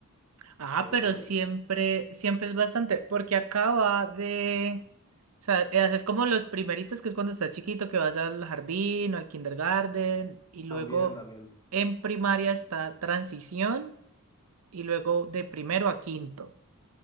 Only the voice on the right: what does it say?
Ah,
pero
siempre, siempre es bastante, porque acaba de, o sea, eh, haces como los primeritos, que es cuando estás chiquito, que vas al jardín o al kindergarten, y luego
en primaria está transición, y luego de primero a quinto.